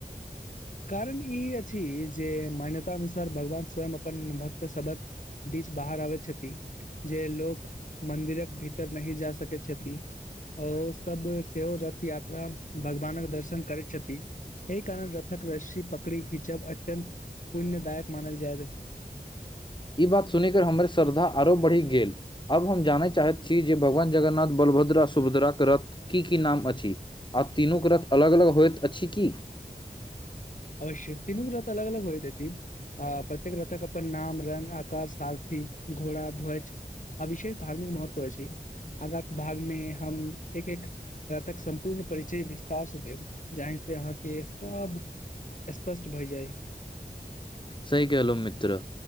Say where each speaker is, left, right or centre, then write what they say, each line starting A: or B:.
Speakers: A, on the left; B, on the left.
A: कारण ई अछि जे मान्यता अनुसार भगवान स्वयं अपन भक्तसभक बीच बाहर आबेत छति। जे लोक मन्दिरक भीतर नहि जा सकै छथि। ओ सब सेहो रथ यात्रा भगवानक दर्शन करै छति एहि कारण रत रथक रस्सी पकड़ी खिचब अत्यंत पुण्यदायक मानल जाइत अछि।
B: ई बात सुनिक हमर श्रद्धा आरो बढ़ि गेल। आब हम जानय चाहैत छी जे भगवान जगन्नाथ बलभद्रा आ सुभद्राकेँ रथ की की नाम अछि? आब तीनूकेँ रथ अलग अलग होइत अछि की?
A: अवश्य तीनू केँ रत अलग अलग होइत अछी। आ प्रत्येक रतक अपन नाम रंग आ कार सारथी घोड़ा ध्वज। अ विशेष धार्मिक महत्व अछी कि आगाँ भागमे हम एक एक जाहा तक सम्पूर्ण परिचय विस्तार स भेल जाहि से अहाँके सब स्पष्ट भए जाइ।
B: सही कहलहु मित्र।